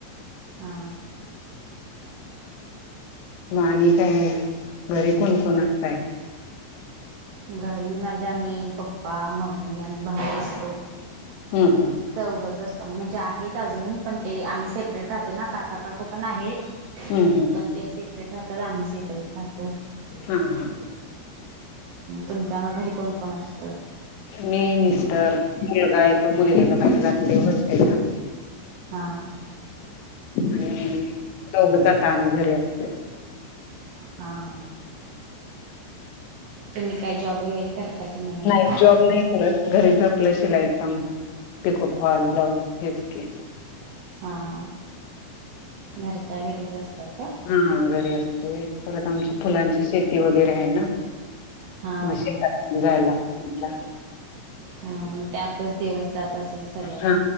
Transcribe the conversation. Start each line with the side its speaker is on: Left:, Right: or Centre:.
Right: हा
Left: मग आणि काय घरी कोणकोण असताय
Right: घरी माझ्या मी पप्पा मम्मी आणि भाऊ असतो
Left: हम्म हम्म
Right: चौघच असतो म्हणजे आहेत अजून पण ते आम्ही सेपरेट राहतो ना काका काकू पण आहेत
Left: हम्म
Right: पण
Left: हम्म
Right: ते सेपरेट राहतात आम्ही सेपरेट राहतो
Left: हा हा
Right: तुमच्या घरी कोण कोण असत
Left: मी मिस्टर मुलगा आहे तो मुलग्याला बाहेर घातलयं होस्टेल ला
Right: हा
Left: आणि दोघच आम्ही आता आम्ही घरी असतोय
Right: हा हा तुम्ही काय जॉब वगैरे करता की
Left: नाही
Right: मग
Left: जॉब नाही करत घरीच आपलं शिलाई काम पिको फॉल ब्लाऊज हेेच की
Right: हा हा घरच्या घरीच असताय
Left: हा घरी असते परत आमची फुलांची शेती वगैरे आहे ना
Right: हा
Left: मग
Right: हा
Left: शेतात पण जायला लागतंय आम्हाला
Right: हा त्यातच दिवस जात असेल सगळा
Left: हा